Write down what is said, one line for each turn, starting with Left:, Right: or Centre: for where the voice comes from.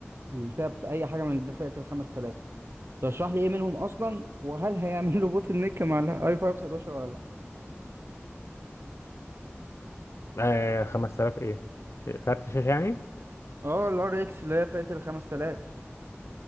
Right: الفئة بت... أي حاجة من فئة ال 5000 ترشح لي ايه منهم اصلا وهل هيعمل له بوتل نيك مع الاي 5 11 ولا لا
Left: آه 5000 ايه كارت شاشه يعني
Right: اه الار اكس اللي هي فئه ال 5000